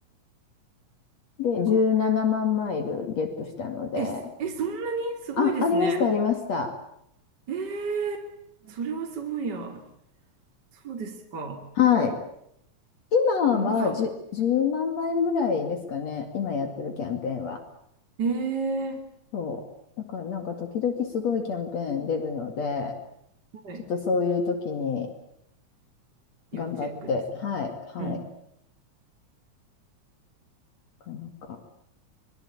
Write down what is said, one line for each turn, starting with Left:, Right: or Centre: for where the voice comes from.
Left: で、17万マイルゲットしたので、
Right: か。え、すえ、そんなにすごいですね。
Left: あ、ありました、ありました。
Right: えー、それはすごいや。そうですか。
Left: はい。今は10、
Right: まだ。
Left: 万マイルぐらいですかね、今やってるキャンペーンは。
Right: えー、
Left: そう。だからなんか時々すごいキャンペーン出るので、
Right: はい。
Left: ちょっとそういう時に
Right: 要チェックですね。
Left: 頑張って、はい、はい。
Right: うん。
Left: なんか、